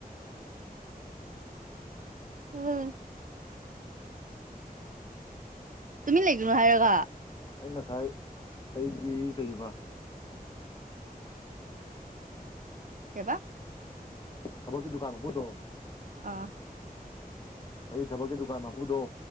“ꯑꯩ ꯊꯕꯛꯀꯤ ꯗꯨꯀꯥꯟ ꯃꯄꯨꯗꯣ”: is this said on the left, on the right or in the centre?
Left